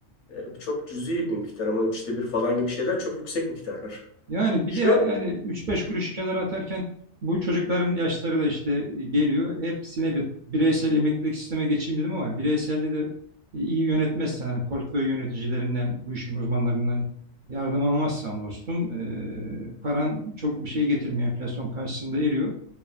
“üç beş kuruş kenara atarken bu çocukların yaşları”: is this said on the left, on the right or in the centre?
Right